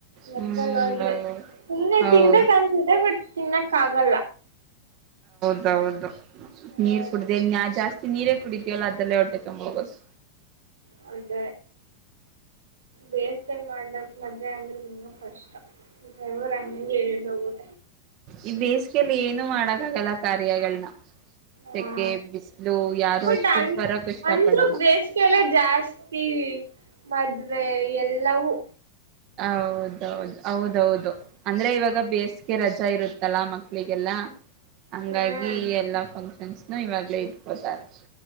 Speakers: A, on the right; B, on the right.
A: ಮದ್ವೆಲ್
B: ಹ್ಮ್
A: ಹೋದ್ರೆ
B: ಹೌದು
A: ಸುಮ್ಮನೆ
B: ಹೌದು
A: ತಿನ್ಬೇಕ್ ಅನ್ಸುತ್ತೆ ಬಟ್ ತಿನ್ನಕ್ ಆಗಲ್ಲ
B: ಹೌದು
A: ಹ್ಮ್
B: ನೀರ್ ಕುಡ್ದೆ ನಾ ಜಾಸ್ತಿ ನೀರೇ ಕುಡಿತೀವಲ್ಲ ಅದರಲ್ಲೇ ಹೊಟ್ಟೆ ತುಂಬ ಹೋಗುತ್ತ.
A: ಹೌದ. ದೇವಸ್ಥಾನ ಮಾಡ್ದಾಗ ಮದ್ವೆ ಅಂದ್ರೆ ಇನ್ನ ಕಷ್ಟ ಬೆವರು ಹಂಗೆ ಇಳ್ದ ಹೋಗುತ್ತ
B: ಈ ಬೇಸಿಗೆಯಲ್ಲಿ ಏನು ಮಾಡಕ್ಕಾಗಲ್ಲ ಕಾರ್ಯಗಳನ್ನ ಸೆಕೆ
A: ಹಾ
B: ಬಿಸಿಲು ಯಾರು
A: ಬಟ್
B: ಅಷ್ಟು
A: ಅ
B: ಬರಕ್ ಇಷ್ಟ
A: ಅಂದ್ರು
B: ಪಡಲ್ಲ
A: ಬೇಸಿಗೆ ಎಲ್ಲ ಜಾಸ್ತಿ ಮದ್ವೆ ವೆ ಎಲ್ಲವೂ
B: ಹೌದೌದು ಹೌದೌದು ಅಂದ್ರೆ ಇವಾಗ ಬೇಸ್ ರಜಾ ಇರುತ್ತಲ್ಲ ಮ ಮಳಿಗೆಲ್ಲ ಹಂಗಾಗಿ
A: ಹ್ಮ್
B: ಎಲ್ಲಾ ಫಂಕ್ಷನ್ಸ್ನು ಇವಾಗ್ಲೇ ಇಟ್ಕೋತಾರೆ